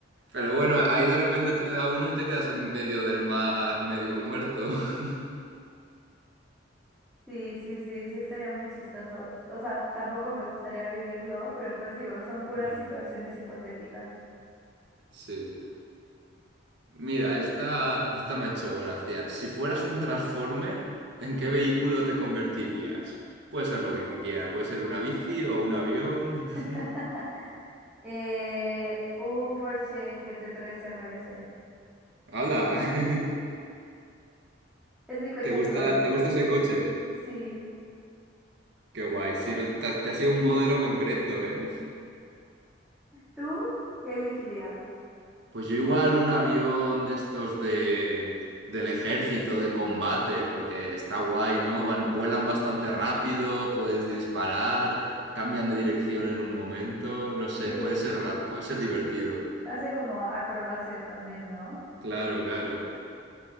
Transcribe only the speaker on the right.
Pero bueno, ahí de repente te da uno y te quedas en medio del mar, medio muerto. <laughs>
Mm,
Sí. Mira, esta, esta me ha hecho gracia. Si fueras un Transformer, ¿en qué vehículo te convertirías? Puede ser lo que quiera, puede ser una bici o un avión. <laughs>
¡Hala! <laughs>
¿Te gusta,
te gusta ese coche?
Qué guay. Si no, te, te ha sido un modelo concreto, ¿eh?
Pues yo igual un avión de estos de del ejército de combate, porque está guay, ¿no? Van- vuelan bastante rápido, puedes disparar, cambian de dirección en un momento, no sé,
puede ser graci- puede ser divertido.
Claro, claro.